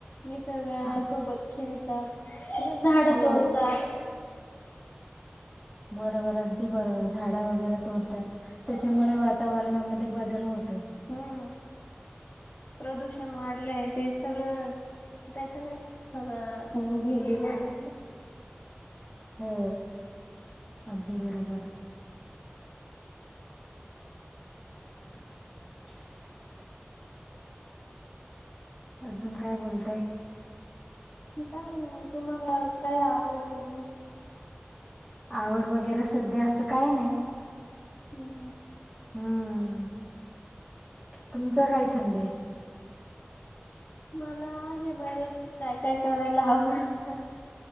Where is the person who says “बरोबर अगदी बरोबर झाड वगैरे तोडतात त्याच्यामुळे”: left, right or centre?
Centre